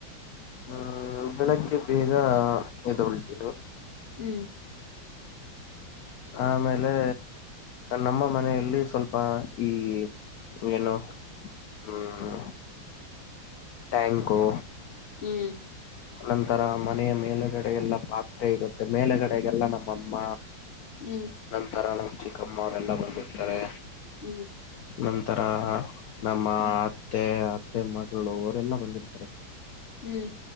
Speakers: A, on the left (about 80°); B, on the left (about 35°).
A: ಹಹ ಬೆಳಗ್ಕ್ಕೆ ಬೇಗ ಎದುೊಳ್ತೀನಿ
B: ಹ್ಮ್ <inaudible>
A: ಆಮೇಲೆ ನಮ್ಮ ಮನೆಯಲ್ಲಿ ಸ್ವಲ್ಪ ಈ ಏನು ಹ್ಮ ಟ್ಯಾಂಕು
B: ಹ್ಮ್
A: ನ ನಂತರ ಮನೆಯ ಮೇಲಗಡೆ ಎಲ್ಲ ಪಾತ್ರೆ ಇರುತ್ತೆ ಮೇಲಗಡೆಗೆಲ್ಲ ನಮ್ಮಮ್ಮ
B: ಹ್ಮ್
A: ನಂತರ ನಮ್ಮ್ ಚಿಕ್ಕಮ್ಮ ಅವರೆಲ್ಲಾ ಬಂದಿರ್ತಾರೆ
B: ಹ್ಮ್
A: ನಂತರ ನಮ್ಮ
B: ಹ್ಮ್
A: ಅತ್ತೆ ಅತ್ತೆ ಮಗಳು ಅವರೆಲ್ಲಾ ಬಂದಿರ್ತಾರೆ
B: ಹ್ಮ್